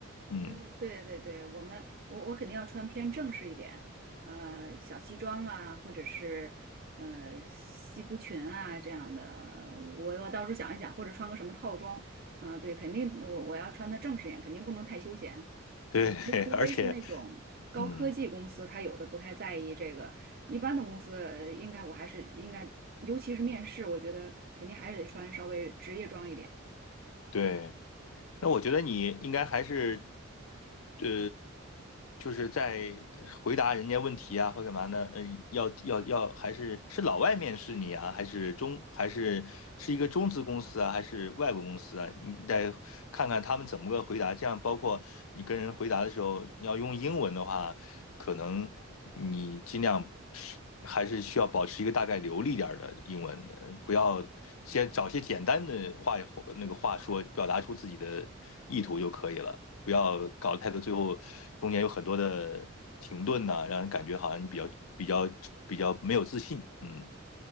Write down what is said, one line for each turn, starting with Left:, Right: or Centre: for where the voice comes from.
Left: 嗯，
Right: 嗯，对对对，我们我我肯定要穿偏正式一点，呃，小西装啊，或者是呃西服裙啊这样的。我我到时候想一想，或者穿个什么套装，嗯、对，肯定我我要穿的正式一点，肯定不能太休闲。
Left: 对，
Right: 我觉得除非是那种高科技公司，
Left: <laughs> 而且嗯，
Right: 它有的不太在意这个，一般的公司呃应该我还是应该，尤其是面试，我觉得肯定还是得穿稍微职业装一点。
Left: 对。那我觉得你应该还是，呃，就是在回答人家问题啊，或干嘛呢？呃，要要要，还是是老外面试你啊，还是中，还是是一个中资公司啊，还是外国公司啊？你得看看他们怎么个回答。这样，包括你跟人回答的时候，你要用英文的话，可能你尽量是还是需要保持一个大概流利点的英文，呃不要先找些简单的话那个话说，表达出自己的意图就可以了，不要搞得太多，最后中间有很多的停顿呐、啊让人感觉好像你比较比较比较没有自信。嗯，